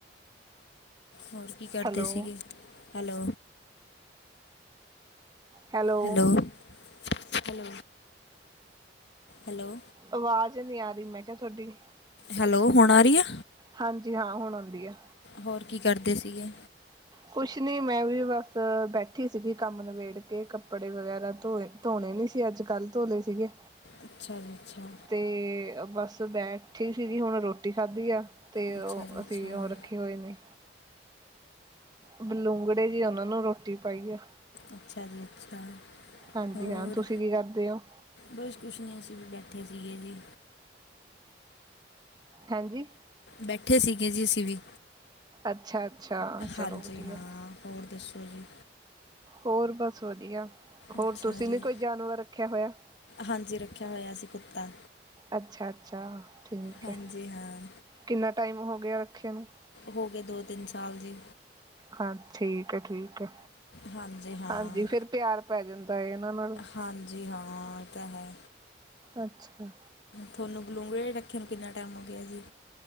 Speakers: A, on the left; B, on the right.
A: ਹੋਰ ਕੀ ਕਰਦੇ
B: ਹੈਲੋ
A: ਸੀਗੇ। Hello
B: hello
A: hello hello- hello.
B: ਆਵਾਜ਼ ਨ੍ਹੀਂ ਆ ਰਹੀ ਮੈਂ ਕਿਹਾ ਥੋਡੀ
A: ਹੈਲੋ, ਹੁਣ ਆ ਰਹੀ ਆ
B: ਹਾਂਜੀ ਹਾਂ ਹੁਣ ਆਉਂਦੀ ਆ।
A: ਹੋਰ ਕੀ ਕਰਦੇ ਸੀਗੇ?
B: ਕੁਛ ਨੀ ਮੈਂ ਵੀ ਬਸ ਬੈਠੀ ਸੀਗੀ ਕੰਮ ਨਿਬੇੜ ਕੇ ਕੱਪੜੇ ਵਗੈਰਾ ਧੋਏ ਧੋਣੇ ਨ੍ਹੀਂ ਸੀ ਅੱਜ ਕੱਲ੍ਹ ਧੋਲੇ ਸੀਗੇ
A: ਅੱਛਾ ਜੀ ਅੱਛਾ।
B: ਤੇ ਬਸ ਬੈਠੀ ਸੀਗੀ ਹੁਣ ਰੋਟੀ ਖਾਧੀ ਆ ਤੇ
A: ਅੱਛਾ
B: ਉਹ
A: ਜੀ
B: ਅਸੀ
A: ਅੱਛਾ
B: ਉਹ ਰੱਖੇ ਹੋਏ ਨੇ ਬਲੂੰਗੜੇ ਜੇ ਉਹਨਾ ਨੂੰ ਰੋਟੀ ਪਾਈ ਆ।
A: ਅੱਛਾ ਜੀ ਅੱਛਾ
B: ਹਾਂਜੀ
A: ਹੋਰ
B: ਹਾਂ। ਤੁਸੀਂ ਕੀ ਕਰਦੇ ਹੋ?
A: ਬਸ ਕੁਛ ਨਹੀ। ਅਸੀ ਵੀ ਬੈਠੇ ਸੀਗੇ ਜੀ।
B: ਹੈਂਜੀ।
A: ਬੈਠੇ ਸੀਗੇ ਜੀ ਅਸੀ ਵੀ।
B: ਅੱਛਾ- ਅੱਛਾ। ਚਲੋ
A: ਹਾਂਜੀ
B: ਵਧੀਆ।
A: ਹਾਂ ਹੋਰ ਦੱਸੋ ਜੀ?
B: ਹੋਰ ਬਸ ਵਧੀਆ। ਹੋਰ
A: ਅੱਛਾ
B: ਤੁਸੀ
A: ਜੀ
B: ਨੀ ਕੋਈ ਜਾਨਵਰ ਰੱਖਿਆ ਹੋਇਆ?
A: ਹਾਂਜੀ, ਰੱਖਿਆ ਹੋਇਆ ਸੀ ਕੁੱਤਾ।
B: ਅੱਛਾ -ਅੱਛਾ। ਠੀਕ
A: ਹਾਂਜੀ
B: ਏ।
A: ਹਾਂ
B: ਕਿੰਨਾ ਟਾਈਮ ਹੋ ਗਿਆ ਰੱਖੇ ਨੂੰ?
A: ਹੋ ਗਏ ਦੋ-ਤਿੰਨ ਸਾਲ ਜੀ।
B: ਹਾਂ ਠੀਕ ਏ ਠੀਕ ਏ।
A: ਹਾਂਜੀ ਹਾਂ
B: ਹਾਂਜੀ, ਫਿਰ ਪਿਆਰ ਪੈ ਜਾਂਦਾ ਹੈ ਇਹਨਾਂ ਨਾਲ
A: ਹਾਂਜੀ ਹਾਂ। ਇਹ ਤਾਂ ਹੈ।
B: ਅੱਛਾ।
A: ਥੋਨੂੰ ਬਲੂੰਗੜੇ ਰੱਖੇ ਨੂੰ ਕਿੰਨਾ ਟਾਈਮ ਹੋ ਗਿਆ ਜੀ?